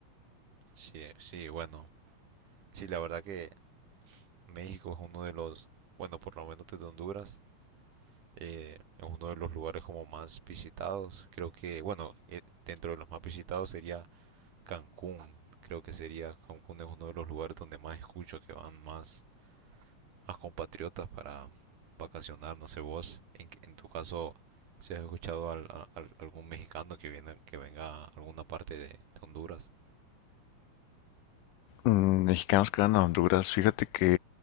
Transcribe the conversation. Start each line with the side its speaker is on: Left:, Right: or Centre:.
Right: Sí, sí, bueno. Sí, la verdad que México es uno de los, bueno, por lo menos desde Honduras, eh, es uno de los lugares como más visitados. Creo que, bueno, eh, dentro de los más visitados sería Cancún. Creo que sería Cancún es uno de los lugares donde más escucho que van más a compatriotas para vacacionar, no sé vos, en, en tu caso, si has escuchado al- a, al- algún mexicano que, viene, que venga a alguna parte de, de Honduras,
Left: Mm, mexicanos que van a Honduras, fíjate que